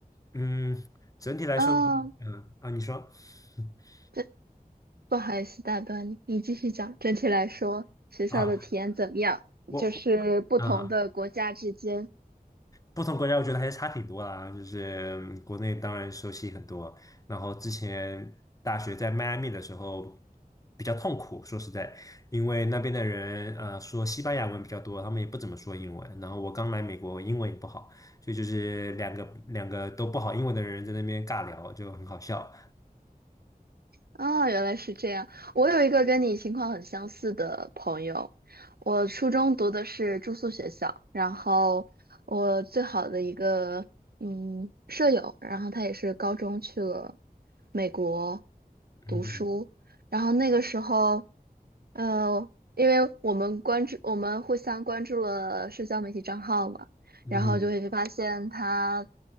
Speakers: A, on the left; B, on the right.
A: 嗯，整体来说的话，
B: 啊，
A: 嗯啊你说 <laughs>
B: 对，不好意思打断你，你继续讲。整体来说，学校的体验怎么样？
A: 啊我
B: 就是不同的国家之间。
A: 啊。不同国家我觉得还是差挺多啦，就是嗯国内当然熟悉很多，然后之前大学在迈阿密的时候比较痛苦，说实在，因为那边的人呃说西班牙文比较多，他们也不怎么说英文，然后我刚来美国，我英文也不好，所以就是两个两个都不好英文的人在那边尬聊，就很好笑，
B: 啊，原来是这样。我有一个跟你情况很相似的朋友，我初中读的是住宿学校，然后我最好的一个嗯舍友，然后他也是高中去了美国
A: 嗯
B: 读书，然后那个时候，呃，因为我们关注，我们互相关注了社交媒体账号嘛。
A: 嗯
B: 然后就会发现他